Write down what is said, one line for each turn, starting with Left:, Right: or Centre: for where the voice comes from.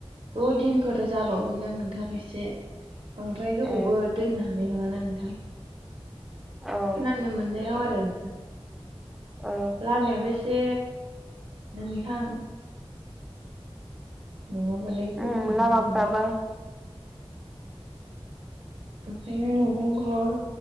Right: द' दिनफोर जाबावगोनदां नोंथां एसे। बांद्राय गोबावबो
Centre: ए
Right: दोननो हानाय नङाना। नोंथां
Centre: औ
Right: खोनानो मोननायाव आ रो नोंथां
Centre: औ
Right: लामायाबो एसे नोंथां नङाबालाय <unintelligible>
Centre: उम लामाफ्राबो
Right: <unintelligible> औ